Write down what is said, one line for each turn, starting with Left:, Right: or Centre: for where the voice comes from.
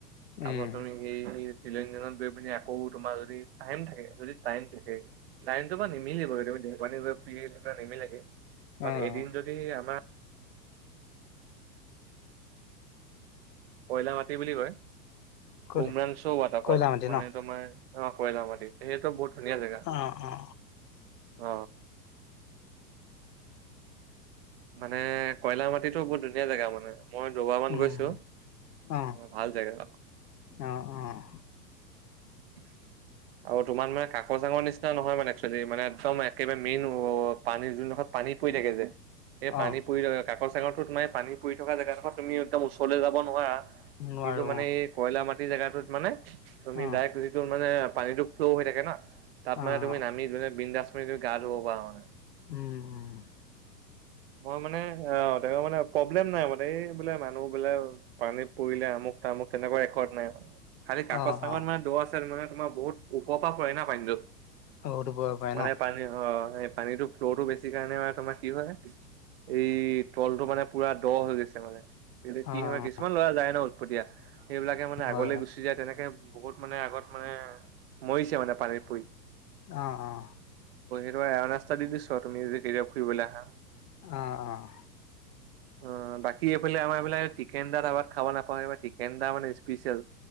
Left: উম
Right: আকৌ তুমি সেই শ্বিলংজত গৈ পিনি আকৌ তোমাৰ যদি টাইম থাকে যদি টাইম থাকে টাইমটো বা নিমিলিব দেও পানী গৈ ফ্ৰী নিমিলেগে
Left: অ',
Right: বাট এদিন যদি আমাৰ কয়লা মাটি বুলি কয়
Left: কলে
Right: উমৰাশৌ ৱাটাৰফল,
Left: কয়লা মাটি
Right: মানে
Left: ন
Right: তোমাৰ কয়লা মাটি সেইটো বহুত ধুনীয়া জেগা
Left: অ, অ।
Right: অ। মানে কয়লা মাটিটো বহুত ধুনীয়া জেগা মানে। মই দুবাৰামান
Left: উম,
Right: গৈছো,
Left: অ',
Right: ভাল জেগা
Left: অ', অ',
Right: <inaudible> আৰু তোমাৰ মানে কাকজ জাঙৰ নিচিনা নহয় মানে একচেলি মানে একদম একেবাৰে মেইন অ পানী যোনডোখত পানী পৰি থাকে যে। এই পানী
Left: অ',
Right: পৰি থকা কাকৰ চাকৰ তোমাৰে পানী পৰি থকা জেগাডোখৰ তুমি একদম ওচৰলৈ যাব নোৱাৰা।
Left: নোৱাৰো
Right: কিন্তু মানে
Left: অ',
Right: এই কয়লা মাটি জেগাটোত মানে তুমি
Left: অ',
Right: ডাইৰে মানে পানীটো ফ্ল হৈ থাকে ন, তাত মানে
Left: অ',
Right: তুমি নামি বিন্দাছ মানি তুমি গা ধুব পাৰা মানে।
Left: উম, উম।
Right: মই মানে অ, তেৰ মানে প্ৰব্লেম নাই মানে এইবোলে মানুহ বোলে পানীত পৰিলে আমুক তামোক তেনেকুৱা ৰেকৰ্ড নাই। খালি কাকজ
Left: অ',
Right: চাকত
Left: অ',
Right: মানে দূৰত আছিল মানে তোমাৰ বহুত ওপৰৰ পৰা পৰে না পানীটো।
Left: ঔ টোপব পাৰে
Right: মানে
Left: ন অ',
Right: পানী অ, এই পানীটো ফ্ল'টো বেছি কাৰণে তোমাৰ কি হয় এই তলতটো মানে পুৰা দ হৈ গৈছে মানে, কি কি
Left: অ',
Right: সময় কিছুমান ল'ৰা যায় ন দিয়া সেইবিলাকে মানে
Left: হয়,
Right: আগলে
Left: হয়,
Right: গুচি যায় তেনেকে বহুত মানে আগত মানে মৰিছে মানে পানীত পৰি
Left: আহ, আহ।
Right: এ না নাস্তা দি দিছ তুমি যে কেতিয়া ফুৰিবলৈ আহা।
Left: অঁ অঁ।
Right: <inaudible> অ, বাকী এইফালে আমাৰ এইবিলাক টিকেন দাৰবাত খাব নাপায় টিকেন দা মানে স্পেচিয়েল।